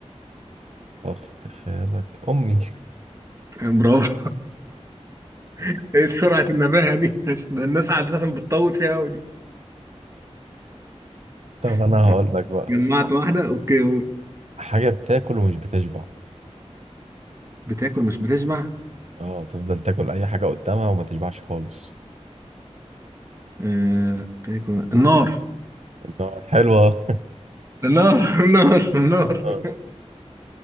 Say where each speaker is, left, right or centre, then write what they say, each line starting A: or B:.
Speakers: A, on the right; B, on the right.
A: اخت خالك امي
B: آه، برافو <laughs> ايه سرعة النباهة دي <laughs> ده الناس عادة بتطول فيها قوي دي
A: <laughs> طب
B: <laughs>
A: انا هقول لك بقى
B: جمعت واحدة اوكي
A: حاجه بتاكل ومش بتشبع
B: بتاكل مش بتشبع
A: اه تفضل تاكل اي حاجه قدامها وما تشبعش خالص
B: آه... تاكل النار
A: النار حلوة
B: النار <laughs> النار النار
A: اه